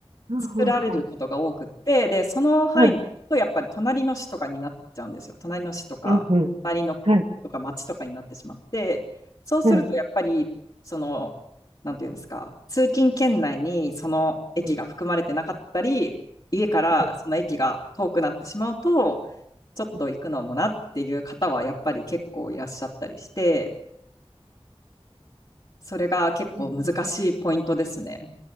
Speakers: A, on the right (about 80°); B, on the left (about 45°).
A: はははは
B: 作られることが多くって、で、その範囲に行くと、
A: はい。
B: やっぱり隣の市とかになっちゃうんですよ。隣の市とか、
A: うんうん。
B: 隣の区とか町とかになってしまって、
A: はい。
B: そうすると、
A: はい。
B: やっぱり、その、なんていうんですか、通勤圏内にその駅が含まれてなかったり、
A: うん。は
B: 家からその駅が遠くなってしまうと、
A: い
B: ちょっと行くのもなっていう方は、
A: うん
B: やっぱり結構いらっしゃったりして、それが結構難しいポイントですね。
A: うん